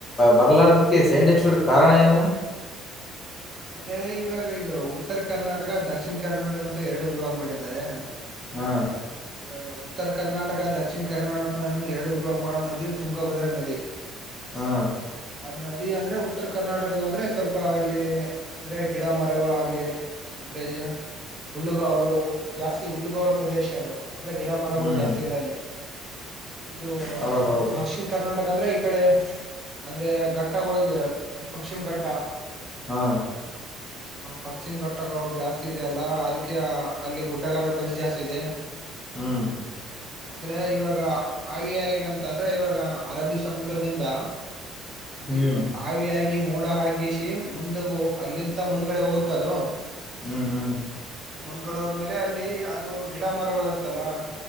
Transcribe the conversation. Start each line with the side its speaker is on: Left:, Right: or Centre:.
Left: ಬರಲಾರದಕ್ಕೆ ಸೈಂಟಿಫಕ್ ಕಾರಣ ಏನು
Right: ಅಂದ್ರೆ ಇವಾಗ ಇದು ಉತ್ತರ ಕರ್ನಾಟಕ ದಕ್ಷಿಣ ಕರ್ನಾಟಕ ಅಂತ ಎರಡು ವಿಭಾಗ ಮಾಡಿದ್ದಾರೆ.
Left: ಹಾ
Right: ಇವಾಗ <unintelligible> ಉತ್ತರ ಕರ್ನಾಟಕ ದಕ್ಷಿಣ ಕರ್ನಾಟಕವನ್ನು ಎರಡು ವಿಭಾಗ ಮಾಡುವ ನದಿ ತುಂಗಭದ್ರಾ ನದಿ.
Left: ಹಾ
Right: ಅದ್ ನದಿ ಅಂದ್ರೆ ಉತ್ತರ ಕರ್ನಾಟಕದು ಅಂದ್ರೆ ಸ್ವಲ್ಪ ಅಲ್ಲಿ ಅಂದ್ರೆ ಗಿಡ ಮರಗಳ ಆಗ್ಲಿ ಅಂದ್ರೆ ಹುಲ್ಲುಗಾವಲು ಜಾಸ್ತಿ ಹುಲ್ಲುಗಾವಲು ಪ್ರದೇಶ ಅದು ಅಂದ್ರೆ ಗಿಡ ಮರಗಳು
Left: ಹ್ಮ್
Right: ಜಾಸ್ತಿ ಇಲ್ಲ ಇಲ್ಲಿ ಇದು
Left: ಹೌದೌದು
Right: ದಕ್ಷಿಣ ಕರ್ನಾಟಕ ಅಂದ್ರೆ ಈ ಕಡೆ ಅಂದ್ರೆ ಘಟ್ಟಗಳು ಇದದೆ ಪಕ್ಷಿಮ ಘಟ್ಟ
Left: ಹಾ
Right: ಹ ಪಕ್ಷಿಮ ಘಟ್ಟಗಳು ಜಾಸ್ತಿ ಇದೆ ಅಲ್ಲ ಅದಕ್ಕೆ ಅಲ್ಲಿ ಗುಡ್ಡಗಾಡು ಪ್ರದೇಶ ಜಾಸ್ತಿ ಇದೆ
Left: ಹ್ಮ್
Right: ಅಂದ್ರೆ ಇವಾಗ ಆವಿಯಾಗಿ ಅಂತ ಅಂದ್ರೆ ಇವಾಗ ಅರಬ್ಬಿ ಸಮುದ್ರದಿಂದ ನೀರು
Left: ಹ್ಮ್
Right: ಹವಿಯಾಗಿ ಮೋಡ ಹಾಗಿಸಿ ಮುಂದ ಅಲ್ಲಿಂತ ಮುಂದ್ಗಡೆ ಹೋಗುತ್ತದ
Left: ಹ್ಮ್ ಹ್ಮ್
Right: ಮುಂದ್ಗಡೋದ್ಲೆ ಅಲ್ಲಿ ಅದು ಗಿಡ ಮರಗಳು ಇರುತ್ತಲ್ಲ